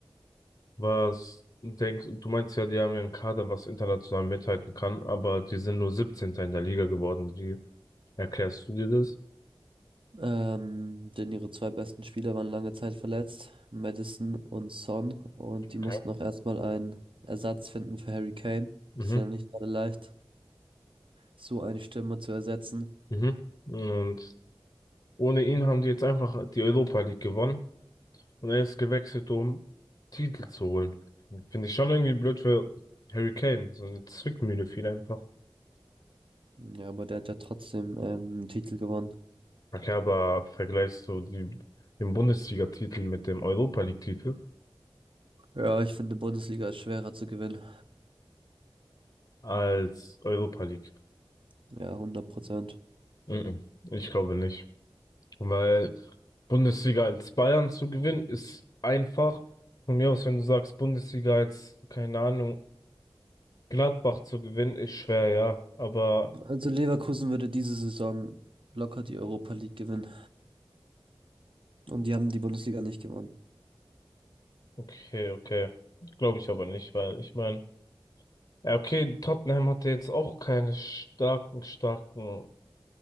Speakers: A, on the left; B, on the right.
A: Was denkst du, meinst ja, die haben ja einen Kader, was international mithalten kann, aber die sind nur siebzehnter in der Liga geworden. Wie erklärst du dir das?
B: Ähm, denn ihre zwei besten Spieler waren lange Zeit verletzt, Madison und Son. Und die mussten
A: Okay.
B: auch erstmal einen Ersatz finden für Harry Kane.
A: Mhm.
B: ist ja nicht gerade leicht, so eine Stimme zu ersetzen.
A: Mhm. Und ohne ihn haben die jetzt einfach die Europa League gewonnen und er ist gewechselt, um Titel zu holen. Finde ich schon irgendwie blöd für Harry Kane. So eine Zwickmühle viel einfach.
B: Ja, aber der hat ja trotzdem ähm, einen Titel gewonnen.
A: Okay, aber vergleichst du die, den Bundesliga-Titel mit dem Europa League-Titel
B: Ja, ich finde, Bundesliga ist schwerer zu gewinnen.
A: als Europa League?
B: Ja, hundert Prozent.
A: Mhm. Ich glaube nicht. Weil Bundesliga als Bayern zu gewinnen ist einfach. Von mir aus, wenn du sagst, Bundesliga als, keine Ahnung, Gladbach zu gewinnen, ist schwer, ja. Aber
B: Also Leverkusen würde diese Saison locker die Europa League gewinnen. Und die haben die Bundesliga nicht gewonnen.
A: okay, okay. Glaube ich aber nicht, weil ich meine, ja, okay, Tottenham hatte jetzt auch keine starken, starken,